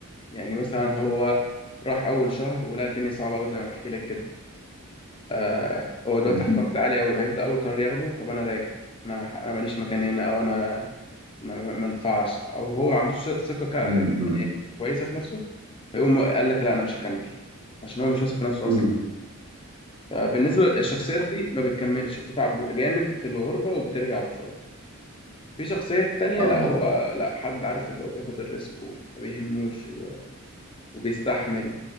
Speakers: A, on the left; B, on the right.
A: يعني مثلا هو راح أول شهر ولقى الدنيا صعبة أوي زي ما بحكي لك كده آه هو دلوقتي
B: امم
A: تحت ضغط عالي أوي هيبدأ أول قرار ياخده طب أنا راجع أنا أنا ماليش مكان هنا أو أنا أنا ما ينفعش أو هو ما عندوش ثقة كا-
B: امم
A: يعني كويسة في نفسه فيقوم قال لك لا أنا مش هكمل عشان هو مش واثق في نفسه
B: امم
A: أصلا فبالنسبة للشخصيات دي ما بتكملش وبتتعب جامد في الغربة وبترجع بسرعة في شخصية تانية
B: اه
A: لا
B: يعني
A: اه هو لا حد عارف اللي هو بياخد الريسك وما بيهموش و- وبيستحمل